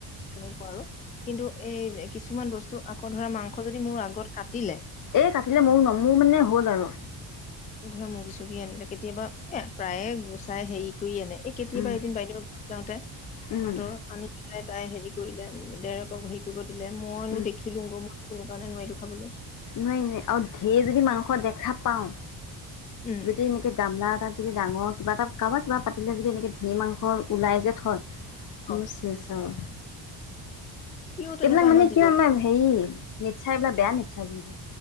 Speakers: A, on the left; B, on the left.
A: তেনেকুৱা আৰু। কিন্তু এ কিছুমান বস্তু। আকৌ ধৰা মাংস যদি মোৰ আগত কাটিলে,
B: এই কাটিলে ময়ো ন মোৰ মানে হ'ল আৰু
A: ধৰা মুৰ্গী চৰ্গী আনিলে কেতিয়াবা এ প্ৰায়ে গুচাই হেৰি। কৰি আনে এই কেতিয়াবা
B: উম,
A: এদিন বাইদেউৰ ঘৰত যাওঁতে তাহতৰ
B: উম,
A: আনি পেলাই তাই হেৰি কৰিলে। দেৰক হেৰি কৰিব। মইনো
B: উম,
A: দেখিলো গ মইওঁ কাৰণে নোৱাৰিলোঁ খাবলে।
B: নোৱাই, নোৱাই আৰু ঢেৰ যদি মাংস দেখা পাওঁ।
A: উম
B: যদি এনেকে। গামলা এতাত যদি ডাঙৰ কিবা এটা কাৰোবাক কিবা পাতিলে যদি এনেকে ধি মাংস ওলাই যে থয়। মই
A: অ
B: শেছ আওঁ।
A: সিও তেনেকুৱা
B: এইবিলাক মানে
A: আমাৰ জীৱ
B: কিমান হেৰি। নিশ্চয় এইবাৰ বেয়া নি। আচ্ছাবন্ধ